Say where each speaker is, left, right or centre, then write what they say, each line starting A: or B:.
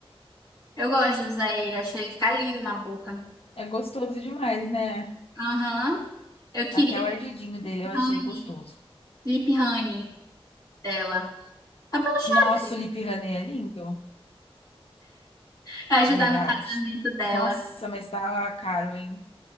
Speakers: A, on the left; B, on the left.
A: Eu gosto de usar ele, achei ele ficar lindo na boca.
B: É gostoso demais, né?
A: Aham. Eu queria
B: Até
A: lip
B: o ardidinho dele eu achei
A: honey,
B: gostoso.
A: lip honey dela. Só pelo chá
B: Nossa,
A: mesmo,
B: o Lip Honey é lindo,
A: pra ajudar
B: verdade.
A: no casamento dela.
B: Nossa, mas tá caro, hein?